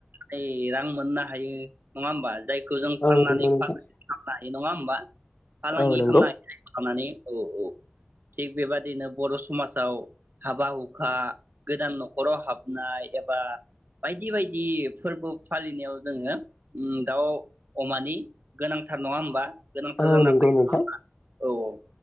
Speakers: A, on the right; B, on the left.
A: नै रां मोननो हायो नङा होमबा जायखौ जों
B: औ
A: फाननानै
B: नंगौ
A: <unintelligible>
B: नोंथां
A: खालामनाय नङा होमबा फालांगि
B: औ नंगौ
A: <unintelligible> औ - औ थिग बेबादिनो बर समाजाव हाबा हुखा गोदान नखराव हाबनाय एबा बायदि बायदि फोरबो फालिनायाव जोङो उम दाउ अमानि गोनांथार नङा होमबा गोनांथार
B: औ
A: जाना
B: नंगौ नोंथां
A: फैयो औ - औ